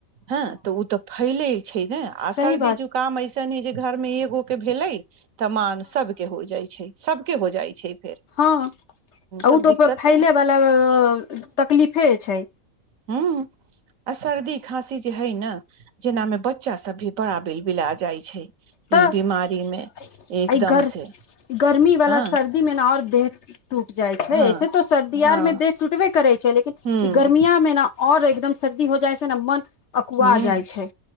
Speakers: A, on the right (about 70°); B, on the left (about 60°).
A: हँ तऽ ओ तऽ फैले छै ने आ
B: सही
A: सर्दी
B: बात
A: जु अऐसन है जे घर मे एगो के भेले तऽ मान सबके हो जाइ छै सबके हो जाइ छै फेर
B: हँ आ ओ
A: सब
B: तऽ
A: दिक्कत
B: फैलै वला तकलीफे छै
A: हूंम्म आ सर्दी खाँसी जे हइ ने जेनामे बच बच्चा सब भी बड़ा बिल बिला जाइ छै
B: तऽ
A: ई बीमारी मे
B: एहि
A: एकदम
B: गर
A: से
B: गर्मी वाला
A: हँ
B: सर्दी मे ने ओर देह टूट जाइ छै
A: हँ
B: ऐसे तो सर्दी
A: हँ
B: आर मे दे टूटबे करै छै लेकिन
A: हूँ
B: ई गर्मियामे ने ओर एकदम सर्दी हो जाइ छै ने मन अकुआ
A: हूंम्म
B: जाइ छै